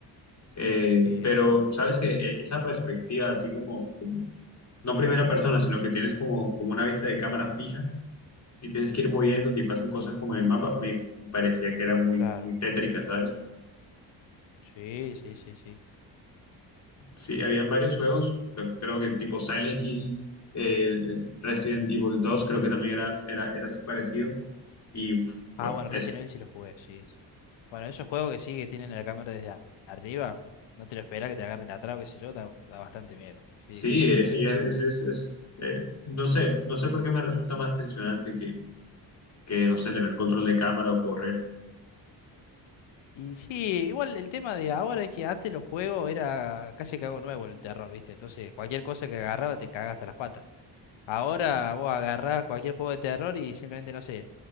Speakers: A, on the left; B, on the left.
A: Eh,
B: Sí,
A: pero sabes que esa perspectiva, así como, como no primera persona, sino que tienes como, como una vista de cámara fija y tienes que ir moviéndote y pasan cosas como en el mapa, me parecía que era muy,
B: claro.
A: muy tétrica, ¿sabes?
B: Sí, sí, sí, sí.
A: Sí, habían varios juegos, cre- creo que tipo Silent Hill, el, el Resident Evil 2 creo que también era, era, era así parecido. Y uf, bueno,
B: Ah, bueno,
A: es,
B: Resident Evil sí lo jugué, sí. sí. Bueno, esos juegos que sí, que tienen la cámara desde a- arriba, no te lo esperas que te agarren de atrás o qué sé yo, da, da bastante miedo. Sí,
A: sí, <laughs> es, es- es, eh, no sé, no sé por qué me resulta más tensionante que, que, no sé, tener control de cámara o correr.
B: Y sí, igual el tema de ahora es que antes los juegos era casi que algo nuevo el terror, ¿viste? Entonces cualquier cosa que agarraba te cagaba hasta las patas. Ahora vos agarrás cualquier juego de terror y simplemente, no sé,